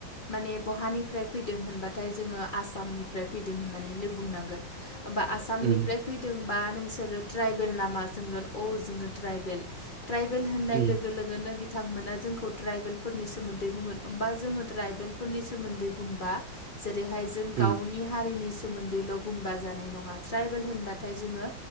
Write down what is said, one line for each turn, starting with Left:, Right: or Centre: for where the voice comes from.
Left: माने बहानिफ्राय फैदों होनबाथाय जोङो आसामनिफ्राय फैदों होननानैनो बुंनांगोन होमबा आसामनिफ्राय
Right: उम
Left: फैदोंबा नोंसोरो ट्राइबेल नामा सोंगोन औ जोङो ट्राइबेल ट्राइबेल होननाय
Right: उम
Left: लोगो लोगोनो बि बिथांमोना जोंखौ ट्राइबेल फोरनि सोमोन्दै बुंगोन होमबा जोङो ट्राइबेलफोरनि सोमोन्दै बुंबा जे रैहाय जों गावनि
Right: उम
Left: हारिनि सोमोनदैल' बुंबा जानाय नङा ट्राइबेल होनबाथाय जोङो